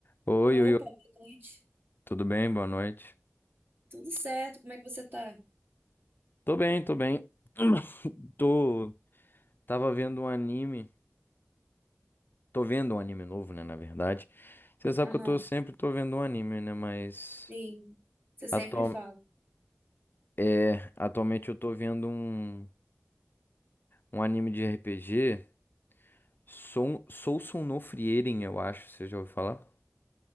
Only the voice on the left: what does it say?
Oi,
oi, oi,
tudo bem? Boa noite.
Tô bem, tô bem. <clears throat> Tô. Tava vendo um anime. Tô vendo um anime novo, né? Na verdade. Você sabe
que eu tô sempre tô vendo um anime, né? Mas.
Atual...
É, atualmente eu tô vendo um, um anime de RPG. Sou Sousou no Frieren, eu acho. Você já ouviu falar?